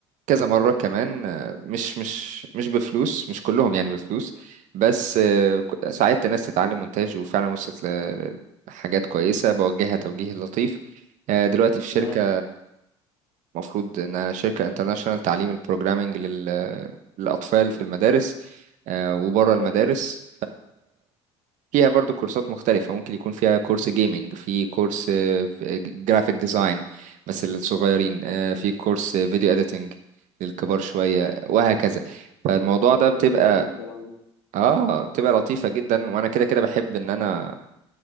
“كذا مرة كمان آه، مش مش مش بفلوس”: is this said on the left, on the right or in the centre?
Right